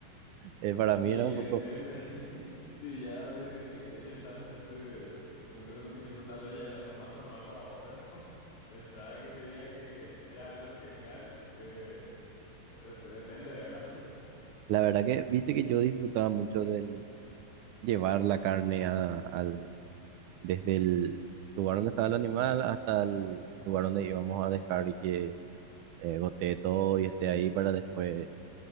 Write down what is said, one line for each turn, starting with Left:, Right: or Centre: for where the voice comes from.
Right: eh, para mí
Left: Y
Right: era un
Left: depende,
Right: poco.
Left: <laughs> si ya desde pequeño estás en ese, con ese conocimiento, tal vez ya era algo más normal para vos, pero <laughs> de entrada que me digas que era algo genial, eh, pero dep- depende, ¿verdad? <laughs>
Right: La verdad que, viste que yo disfrutaba mucho del llevar la carne a- al, desde el lugar donde estaba el animal hasta el lugar donde íbamos a dejar y que eh, gotee todo y esté ahí para después